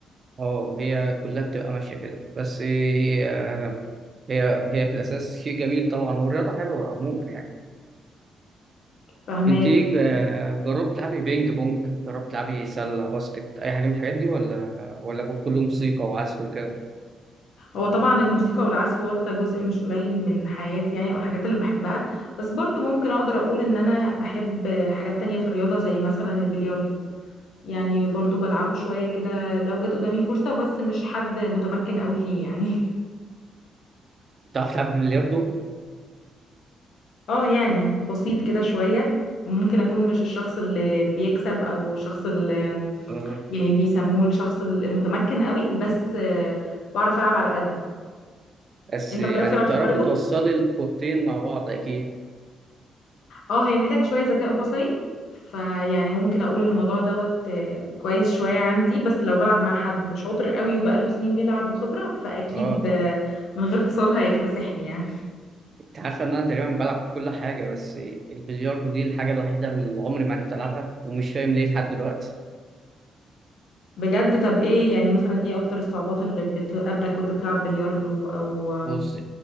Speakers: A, on the right; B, on the left.
A: اه هي كلها بتبقى ماشية كده بس هي آه، هي هي في الأساس شيء جميل طبعا والرياضة حلوة عموما يعني
B: فهماك
A: انت ايه جا- جربت تلعبي بينج بونج جربت تلعبي سله باسكت اي حاجه من الحاجات دي ولا ولا كله موسيقى وعزف وكده
B: هو طبعا الموسيقى والعزف واخدة جزء مش قليل من حياتي يعني او الحاجات اللي بحبها بس برضو ممكن اقدر اقول ان انا بحب حاجات تانية في الرياضة زي مثلا البلياردو يعني برضو بلعبه شوية كده لو جت قدامي فرصة بس مش حد متمكن قوي فيه يعني <laughs>
A: بتعرف تلعب بلياردو
B: اه يعني بسيط كده شوية ممكن اكون مش الشخص اللي بيكسب او الشخص اللي
A: آه.
B: يعني بيسموه الشخص المتمكن قوي بس آه، بعرف العب على قدي
A: بس
B: انت
A: يعني
B: بتعرف تلعب
A: بتعرفي
B: بلياردو
A: توصلي الكورتين مع بعض اكيد
B: اه هي محتاجة شوية ذكاء بصري فيعني ممكن اقول إن الموضوع دوت آه، كويس شوية عندي بس لو بلعب مع حد شاطر قوي وبقاله سنين بيلعب وخبرة فاكيد
A: اه طبعا
B: آه، من غير فصال هيكتسحني يعني
A: انت عارفه ان انا تقريبا بلعب كل حاجه بس البلياردو دي الحاجه الوحيده اللي عمري ما عرفت العبها ومش فاهم ليه لحد دلوقتي
B: بجد طب ايه يعني مثلا ايه اكتر الصعوبات اللي بتقابلك وانت بتلعب بلياردو او آم،
A: بص